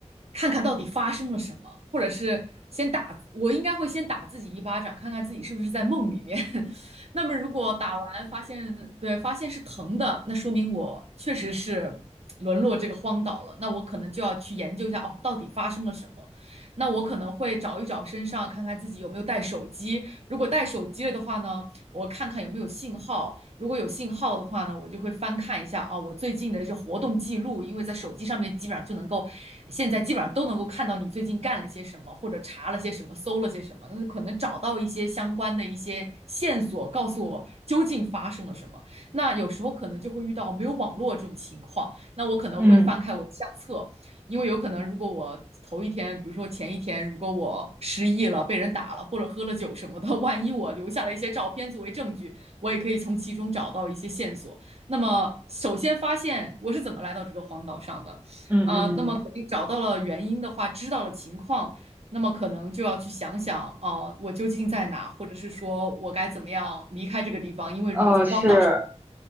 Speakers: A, on the right (about 60°); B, on the right (about 15°).
A: 看看到底发生了什么，或者是先打，我应该会先打自己一巴掌，看看自己是不是在梦里面。<laughs> 那么如果打完发现，对，发现是疼的，那说明我确实是沦落这个荒岛了。那我可能就要去研究一下，哦，到底发生了什么。那我可能会找一找身上，看看自己有没有带手机。如果带手机了的话呢？我看看有没有信号。如果有信号的话呢，我就会翻看一下哦，我最近的这活动记录，因为在手机上面基本上就能够，现在基本上都能够看到你最近干了些什么，或者查了些什么，搜了些什么，那可能找到一些相关的一些线索，告诉我究竟发生了什么。那有时候可能就会遇到没有网络这种情况，那我可能会翻开我的相册。
B: 嗯
A: 因为有可能，如果我头一天，比如说前一天，如果我失忆了、被人打了，或者喝了酒什么的，<laughs> 万一我留下了一些照片作为证据，我也可以从其中找到一些线索。那么，首先发现我是怎么来到这个荒岛上的，
B: 嗯嗯，
A: 呃，那么肯定找到了原因的话，知道了情况，那么可能就要去想想，呃，我究竟在哪，或者是说我该怎么样离开这个地方？因为如果在荒岛上
B: 呃，是，